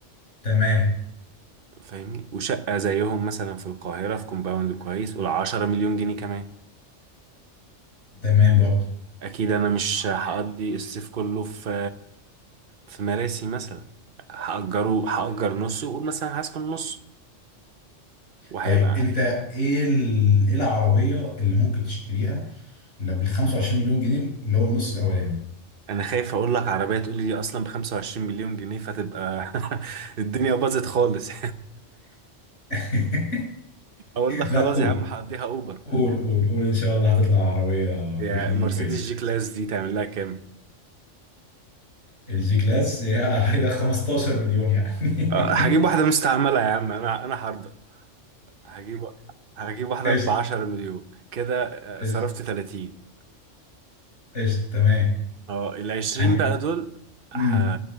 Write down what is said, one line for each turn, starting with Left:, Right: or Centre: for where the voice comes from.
Left: تمام
Right: فاهمني وشقة زيهم مثلا في القاهرة في كومباوند كويس قول 10 مليون جنيه كمان
Left: تمام برضو
Right: اكيد انا مش هقضي الصيف كله في في مراسي مثلا هأجره هأجر نصه وأقول مثلا هسكن نص وهيبقى
Left: طيب انت ايه ال... ايه العربية اللي ممكن تشتريها اللي بال 25 مليون جنيه اللي هو النص الاولاني
Right: انا خايف اقول لك عربية تقول لي دي اصلا ب 25 مليون جنيه فتبقى <laughs> الدنيا باظت خالص
Left: <laughs>
Right: <laughs> اقول لك خلاص
Left: لا قول
Right: يا عم هقضيها اوبر
Left: قول قول قول ان شاء الله هتطلع عربية
Right: يعني
Left: في الحدود
Right: مرسيدس
Left: الكويسة
Right: جي كلاس دي تعمل لها كام
Left: الجي كلاس هي <laughs> هي 15 مليون يعني
Right: أه، هجيب
Left: <laughs>
Right: واحدة مستعملة يا عم انا انا هرضى هجيب هجيب واحدة
Left: قشطة
Right: ب 10 مليون كده
Left: قشطة
Right: أه، صرفت 30
Left: قشطة تمام
Right: اه العشرين
Left: يعني
Right: بقى دول ه...
Left: امم